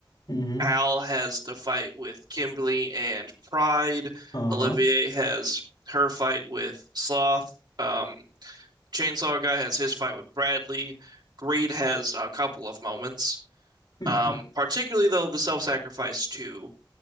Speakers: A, on the left (about 60°); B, on the right (about 60°).
A: hmm
B: Al has the fight with Kimberly and Pride.
A: Uh-huh.
B: Olivier has her fight with Sloth. Um, Chainsaw Guy has his fight with Bradley. Greed has a couple of moments.
A: <laughs>
B: Um, particularly though the self-sacrifice to